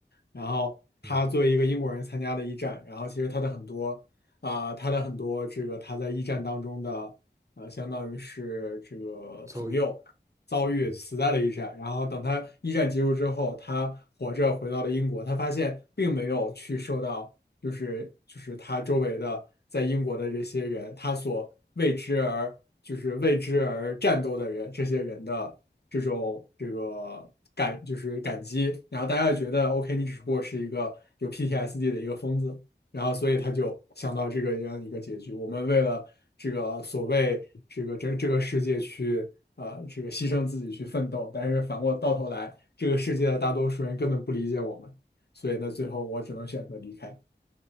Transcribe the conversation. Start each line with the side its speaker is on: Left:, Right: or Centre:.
Left: 然后他作为一个英国人参加的一战，
Right: 嗯，
Left: 然后其实他的很多啊、他的很多这个他在一战当中的呃，相当于是这个朋友遭遇死在了一战，
Right: 遭遇。嗯。
Left: 然后等他一战结束之后，他活着回到了英国，他发现并没有去受到。就是就是他周围的在英国的这些人，他所为之而就是为之而战斗的人，这些人的这种这个感就是感激，然后大家就觉得 OK，你只不过是一个有 PTSD 的一个疯子，然后所以他就想到这个这样一个结局。我们为了这个所谓这个这这个世界去呃这个牺牲自己去奋斗，但是反过到头来，这个世界的大多数人根本不理解我们。所以呢，最后我只能选择离开。